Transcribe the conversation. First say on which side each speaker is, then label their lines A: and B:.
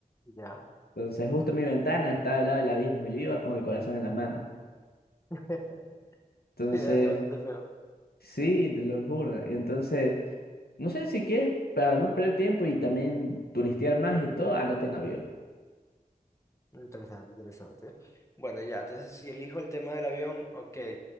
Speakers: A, on the left; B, on the left.
A: Ya.
B: Entonces, justo mi ventana estaba al lado del abismo. Yo iba con el corazón en la mano.
A: <laughs>
B: Entonces,
A: Sí, hace bastante feo.
B: sí, te lo juro. entonces. No sé si quieres, para no perder tiempo y también turistear más y todo, andate en avión.
A: Interesante, interesante. Bueno, ya, entonces si elijo el tema del avión, ok.